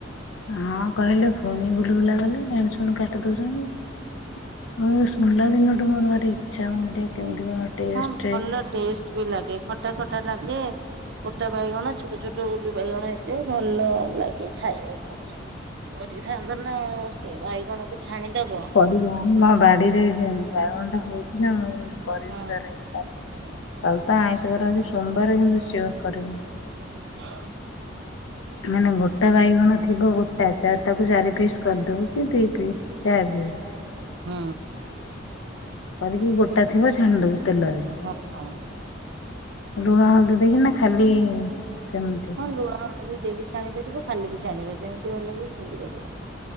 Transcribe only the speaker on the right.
ହଁ ଭଲ ଟେଷ୍ଟ ବି ଲାଗେ ଖଟା ଖଟା ଲାଗେ। ପୋଟା ବାଇଗଣ ଛୋଟ ଛୋଟ ଗୁଲି ବାଇଗଣ ହେଇଥିବେ ଭଲ ଲାଗେ। ଖାଇବାକୁ କରିଥାନ୍ତ ନା ଆଉ ସେ ବାଇଗଣ କୁ ଛାଣିଦବ।
ହଁ।
ହଁ।
ହଁ।
ହଁ।
ହଁ ଲୁଣ ହଳଦୀ ଦେଇକି ଛାଣି ପାରିବ ଖାଲି ବି ଛାଣିବ ଯେମିତି ଭଲ ଲାଗିବ ସେମିତି କରିବ।